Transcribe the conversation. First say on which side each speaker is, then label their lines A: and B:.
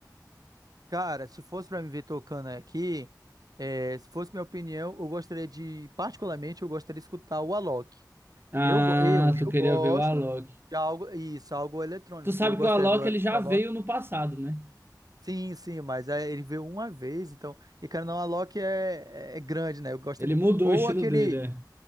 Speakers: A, on the right (about 60°); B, on the right (about 30°).
A: Cara, se fosse para me ver tocando aqui, é, se fosse minha opinião, eu gostaria de, particularmente, eu gostaria de escutar o Alok.
B: Ah,
A: Eu, go- eu,
B: tu
A: eu
B: queria
A: gosto
B: ver o Alok.
A: de algo, isso, algo eletrônico.
B: Tu sabe
A: Eu gostaria
B: que o Alok,
A: do,
B: ele já
A: do Alok.
B: veio no passado, né?
A: Sim, sim, mas é, ele veio uma vez, então. E cara, não, Alok é, é grande, né? Eu gosto
B: Ele
A: de.
B: mudou
A: Ou
B: o estilo
A: aquele,
B: dele, é.